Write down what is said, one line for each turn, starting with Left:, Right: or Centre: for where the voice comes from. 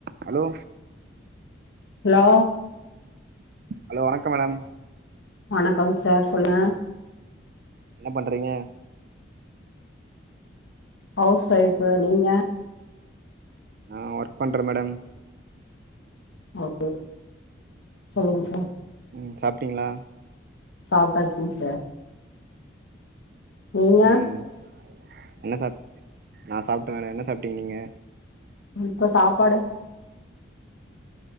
Right: ஹலோ
Left: ஹலோ
Right: ஹலோ வணக்கோ மேடம்
Left: வணக்கம் சார் சொல்லுங்க
Right: என்ன பண்றீங்க
Left: ஹவுஸ் ஒய்ஃப்பு நீங்க
Right: நா ஒர்க் பண்ற மேடம்
Left: ஓகே சொல்லுங்க சார்
Right: ம் சாப்ட்டீங்ளா
Left: சாப்ட்டாச்சிங் சார் நீங்க
Right: ம் என்ன சாப் நா சாப்ட்ட நானு என்ன சாப்ட்டீங்க நீங்க
Left: இப்ப சாப்பாடு